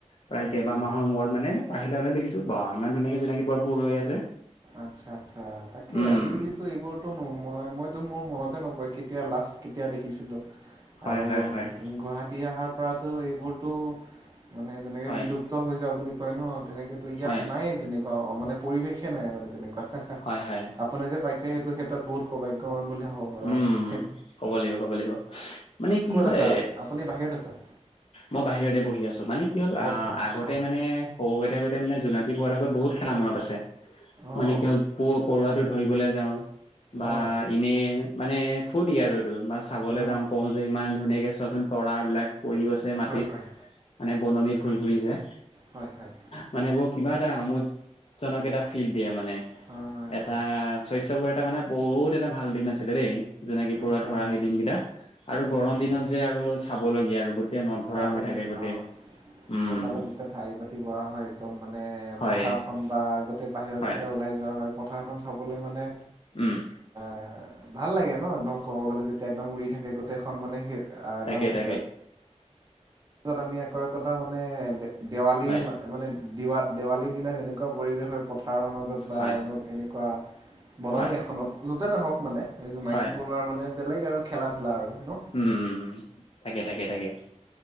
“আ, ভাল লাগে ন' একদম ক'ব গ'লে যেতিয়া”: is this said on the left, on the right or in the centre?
Right